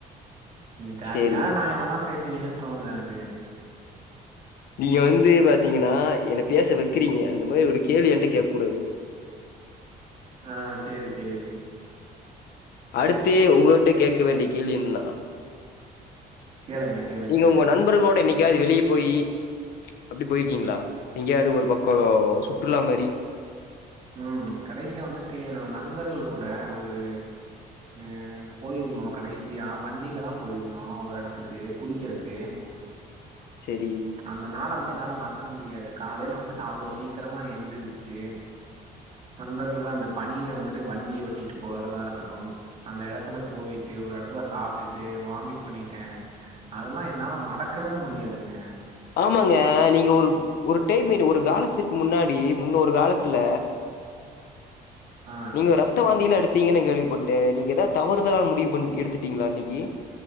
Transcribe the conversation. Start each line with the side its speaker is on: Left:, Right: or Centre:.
Right: நீங்க தேவயில்லாத
Left: சரிங்க.
Right: நாயோமெல்லா பேசுவீங்கன்னு தோணுது எனக்கு
Left: நீங்க வந்து பாத்தீங்கன்னா என்ன பேச வைக்கிறீங்க அந்த மாரி ஒரு கேள்வி என்ட்ட கேக்க கூடாது
Right: ஆ சரி சரி
Left: அடுத்து உங்கட்ட கேக்க வேண்டிய கேள்வி என்னன்னா
Right: கேளுங்க கேளுங்க
Left: நீங்க உங்க நண்பர்களோட என்னைக்காவது வெளியே போயி அப்டி போய்ருகீங்களா எங்கயாவது ஒரு பக்கோ சுற்றுலா மாரி
Right: ம் கடைசியா வந்துட்டு என்னோட நண்பர்கள் கூட ஒரு ஆ போயிருந்தோ கடைசியா வண்டியில த போயிருந்தோ ஒரு எடத்துக்கு குளிக்கறக்கு
Left: சரி
Right: அந்த நாள வந்து என்னால மறக்க முடியாது காலைல வந்து நா அவ்ளோ சீக்கிரமா எந்திருச்சி நண்பர்களோட அந்த பனியில வந்துட்டு வண்டி ஓட்டிட்டு போறதா இருக்கட்டு அந்த எடத்துல போயிட்டு ஒரு எடத்துல சாப்ட்டுட்டு வாமிட் பண்ணிட்ட அதெல்லா என்னால மறக்கவே முடியாதுங்க
Left: ஆமாங்க நீங்க ஒரு ஒரு டைம் என்ன ஒரு காலத்திற்கு முன்னாடி முன்னொரு காலத்துல
Right: ஆ
Left: நீங்க ரத்த வாந்தியெல்லா எடுத்தீங்கனு நா கேள்விபட்ட நீங்க எதா தவறுதலான முடிவு பண் எடுத்துட்டீங்களா அன்னக்கி